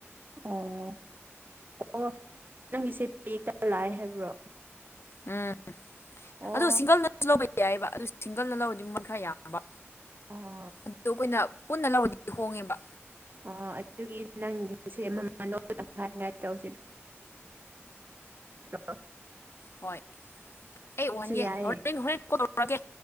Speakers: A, on the right; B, on the left.
A: ꯑꯣ ꯑꯣ ꯅꯪꯒꯤꯁꯦ ꯄꯦꯛꯇ ꯂꯥꯛꯑꯦ ꯍꯥꯏꯕ꯭ꯔꯣ꯫
B: ꯎꯝ
A: ꯑꯣ
B: ꯑꯗꯨ ꯁꯤꯡꯒꯜꯅꯁꯨ ꯂꯧꯕ ꯌꯥꯏꯑꯦꯕ ꯑꯗꯨ ꯁꯤꯡꯒꯜꯅ ꯂꯧꯔꯗꯤ ꯃꯟ ꯈꯔ ꯌꯥꯝ ꯕ
A: ꯑꯣ
B: ꯑꯗꯨ ꯑꯩꯈꯣꯏꯅ ꯄꯨꯟꯅ ꯂꯧꯔꯗꯤ ꯍꯣꯡꯉꯦꯕ꯫
A: ꯑꯣ ꯑꯗꯨꯒꯤ ꯅꯪꯒꯤꯁꯦ ꯑꯃꯟꯃꯝ ꯂꯧ <unintelligible>
B: ꯍꯣꯏ ꯑꯩ ꯎꯍꯟꯒꯦ
A: ꯌꯥꯏꯌꯦ
B: ꯍꯣꯔꯦꯟ ꯍꯣꯔꯦꯟ ꯀ‌ꯣꯜ ꯇꯧꯔꯛꯀ‌ꯦ꯫